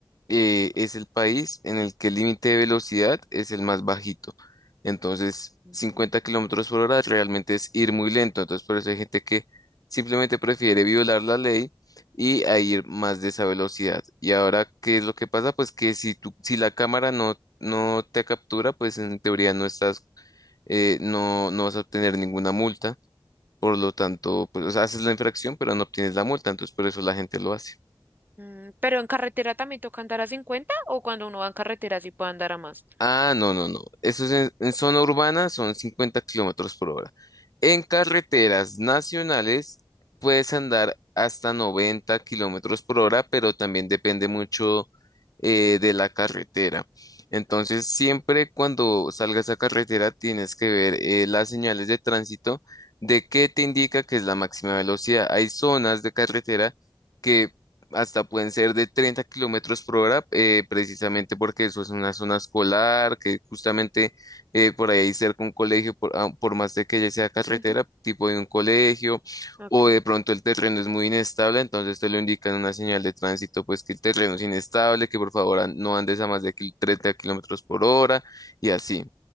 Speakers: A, on the left; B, on the right.
A: eh, es el país en el que el límite de velocidad es el más bajito. Entonces,
B: Ujú.
A: 50 kilómetros por hora realmente es ir muy lento. Entonces, por eso hay gente que simplemente prefiere violar la ley y a ir más de esa velocidad. Y ahora, ¿qué es lo que pasa? Pues que si tú, si la cámara no, no te captura, pues en teoría no estás, eh, no, no vas a obtener ninguna multa. Por lo tanto, pues, o sea, haces la infracción, pero no obtienes la multa. Entonces, por eso la gente lo hace.
B: Mm, Pero en carretera también toca andar a 50 o cuando uno va en carretera sí puede andar a más.
A: Ah, no, no, no. Eso es en, en zona urbana, son 50 kilómetros por hora. En carreteras nacionales puedes andar hasta 90 kilómetros por hora, pero también depende mucho eh, de la carretera. Entonces, siempre cuando salgas a carretera tienes que ver eh, las señales de tránsito de qué te indica que es la máxima velocidad. Hay zonas de carretera que hasta pueden ser de 30 kilómetros por hora, eh, precisamente porque eso es una zona escolar, que justamente eh, por ahí hay cerca un colegio, por, ah, por más de que ya sea carretera,
B: Ujú,
A: tipo de un colegio,
B: Ok.
A: o de pronto el terreno es muy inestable, entonces te lo indican en una señal de tránsito, pues que el terreno es inestable, que por favor an- no andes a más de kil- 30 kilómetros por hora, y así.